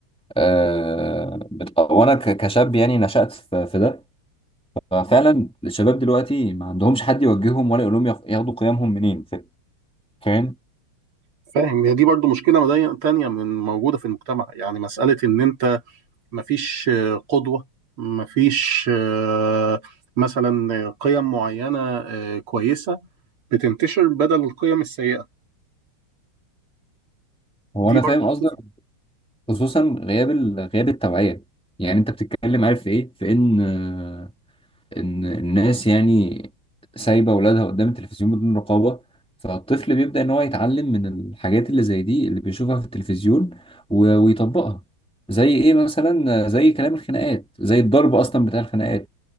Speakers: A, in the centre; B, on the right.
A: آه بت... وانا ك- كشاب يعني نشأت في في ده ففعلا الشباب دلوقتي ما عندهمش حد يوجههم ولا يقول لهم ياخ- ياخدوا قيمهم منين ف- فاهم
B: فاهم هي دي برضو مشكله مدي- تانية من موجوده في المجتمع يعني مساله ان انت مفيش آه، قدوه مفيش آه، مثلا آه، قيم معينه آه، كويسه بتنتشر بدل القيم السيئه
A: هو
B: دي
A: انا
B: برضو
A: فاهم
B: بتفرق
A: قصدك خصوصا غياب ال- غياب التوعيه يعني انت بتتكلم عارف في ايه في ان آه، ان الناس يعني سايبه اولادها قدام التلفزيون بدون رقابه فالطفل بيبدا ان هو يتعلم من الحاجات اللي زي دي اللي بيشوفها في التلفزيون و- ويطبقها زي ايه مثلا آه، زي كلام الخناقات زي الضرب اصلا بتاع الخناقات